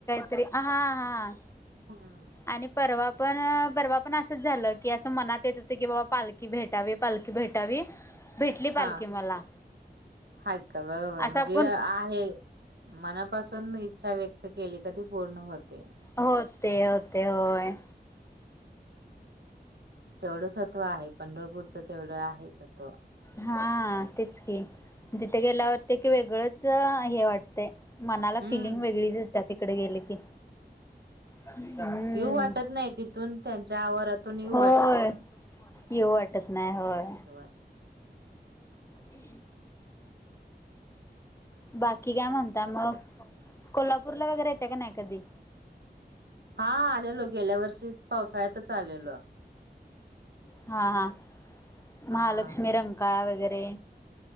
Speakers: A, on the left; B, on the right.
A: तरी हा हा
B: हम्म.
A: आणि परवा पण परवा पण असंच झालं की असं मनात येत होत की बाबा पालखी भेटावी पालखी भेटावी. भेटली पालखी
B: हां
A: मला.
B: हाय का,, बरोबर,
A: असं
B: म्हणजे
A: आपण
B: आहे. मनापासून इच्छा व्यक्त केली का ती पूर्ण होते.
A: होते, होते, होय.
B: तेवढं सत्व आहे पंढरपूरचं, तेवढं आहे सत्व.
A: हा तेच की, तिथे गेल्यावरती, की वेगळंच हे वाटतंय. मनाला
B: हम्म.
A: फिलिंग वेगळीच एत्या, तिकडे गेले की. हम्म,,
B: येऊ वाटत नाही तिथून त्यांच्या आवारातून येऊ
A: होय.
B: वाटत नाही.
A: येऊ वाटत नाही, होय.
B: देवा.
A: ह बाकी काय म्हणताय मग, कोल्हापूरला वगैरे येते का नाही कधी?
B: हा, आलेलो गेल्या वर्षी, पावसाळ्यातच आलेलो.
A: हा, हा,
B: हा
A: महालक्ष्मी, रंकाळा वगैरे.